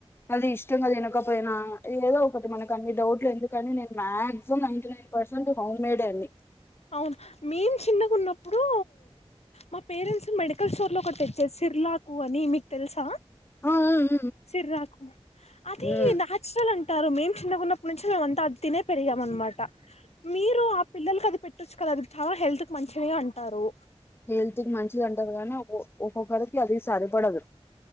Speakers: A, on the left (about 20°); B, on the left (about 85°).
A: అది ఇష్ ఇష్టంగా తినకపోయినా ఏదో ఒకటి మనకి అన్ని డౌట్లు ఎందుకని నేను maximum ninety nine percent home made ఏ అన్ని
B: అవును మేం చిన్నగున్నప్పుడు మా పేరెంట్స్ మెడికల్ స్టోర్ లో ఒక్కటి తెచ్చే సిర్లాకు అని మీకు తెలుసా
A: ఆ ఆ
B: సిర్క అది
A: ఆ
B: న్యాచురల్ ఆన్ టారు మేము చిన్నకున్నప్పుడు నుంచి మేమంతా అది తినే పెరిగాము అనమాట మీరు ఆ పిల్లలకి అది పె పేట్టచ్చు కదా అంత హెల్త్ కు మంచి ది అంటారు
A: హెల్త్కి మంచిది అంటారు గానీ ఒ ఒక్కొక్కరికి అది సరిపడదు